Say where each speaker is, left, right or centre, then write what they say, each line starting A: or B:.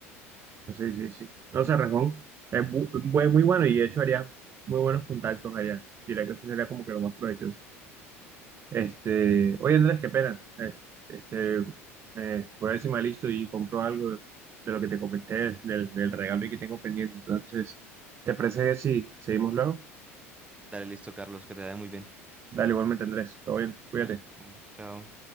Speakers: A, on the right (about 35°); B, on the right (about 15°).
A: Sí, sí, sí. No sé, Rejón es bu- bu- muy bueno y de hecho haría muy buenos contactos allá. Diría que eso sería como que lo más provechoso. Este, oye, Andrés, qué pena. Eh, este, eh, voy a ver si me listo y compro algo de, de lo que te comenté, del, del regalo y que tengo pendiente. Entonces, ¿te parece si seguimos luego?
B: Dale, listo, Carlos, que te vaya muy bien.
A: Dale, igualmente, Andrés. Todo bien, cuídate.
B: Bueno, Chao.